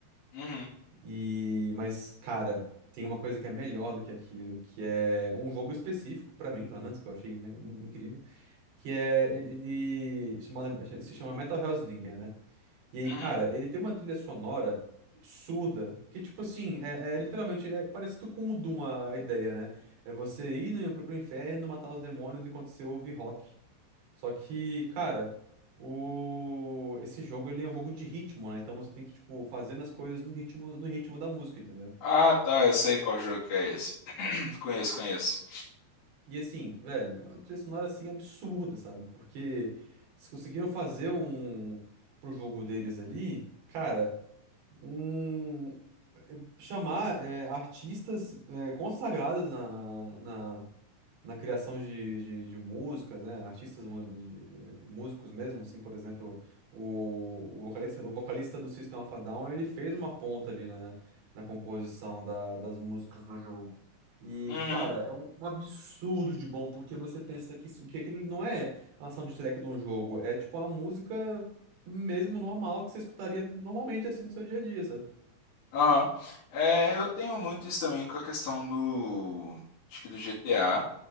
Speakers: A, on the left; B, on the right.
A: uhum,
B: E, mas, cara, tem uma coisa que é melhor do que aquilo, que é um jogo específico, pra mim, pelo menos, que eu achei in- in- incrível, que é ele, ele chamado, se chama Metal Hellslinger, né? E aí,
A: uhum.
B: cara, ele tem uma trilha sonora absurda, que, tipo assim, é, é literalmente é parecido com o Doom a a ideia, né? É você ir no, pro, pro inferno, matar os demônios enquanto você ouve rock. Só que, cara, o... esse jogo ele é um jogo de ritmo, né? Então você tem que, tipo, fazendo as coisas no ritmo, no ritmo da música, entendeu?
A: Ah, tá, eu sei qual jogo que é esse. <clears throat> Conheço, conheço.
B: E assim, velho, é uma trilha sonora assim absurda, sabe? Porque eles conseguiram fazer um pro jogo deles ali, cara, um chamar é, artistas é, consagrados na, na na criação de, de, de músicas, né? Artistas, mu- de- eh, músicos mesmo, assim, por exemplo, o, o vocalista, o vocalista do System of a Down, ele fez uma ponta ali na, na composição da- das músicas do jogo. E,
A: Uhum,
B: cara, é um, um absurdo de bom, porque você pensa que, isso- que aquilo não é a soundtrack de um jogo, é tipo a música mesmo normal que você escutaria normalmente, assim, no seu dia a dia, sabe?
A: aham. É, eu tenho muito isso também com a questão do, acho que do GTA.